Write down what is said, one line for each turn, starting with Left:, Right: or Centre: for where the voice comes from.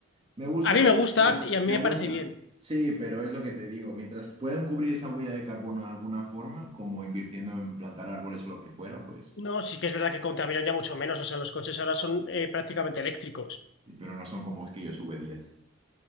Right: me gustan
Left: A mí
Right: los
Left: me gustan
Right: cohetes,
Left: y a mí
Right: me
Left: me parece
Right: gusta.
Left: bien.
Right: Sí, pero es lo que te digo, mientras puedan cubrir esa huella de carbono de alguna forma, como invirtiendo en plantar árboles o lo que fuera, pues,
Left: No, sí que es verdad que contaminan ya mucho menos. O sea, los coches ahora son eh, prácticamente eléctricos.
Right: sí, pero no son como esquillos V10.